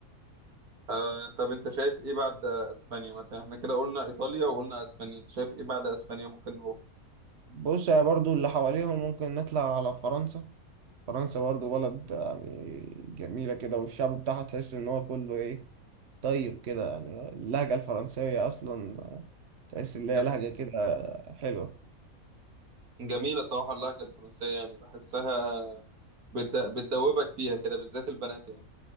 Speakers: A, on the right; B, on the right.
A: آه طب انت شايف ايه بعد اسبانيا مثلا احنا كده قلنا ايطاليا وقلنا اسبانيا انت شايف ايه بعد اسبانيا ممكن نروح
B: بص يا برضو اللي حواليهم ممكن نطلع على فرنسا فرنسا برضو بلد يعني جميلة كده والشعب بتاعها تحس إن هو كله إيه طيب كده يعني اللهجة الفرنسية أصلا تحس إن هي
A: جم-
B: لهجة كده حلوة
A: جميلة صراحة اللهجة الفرنسية يعني بحسها بتد... بتدوبك فيها كده بالذات البنات يعني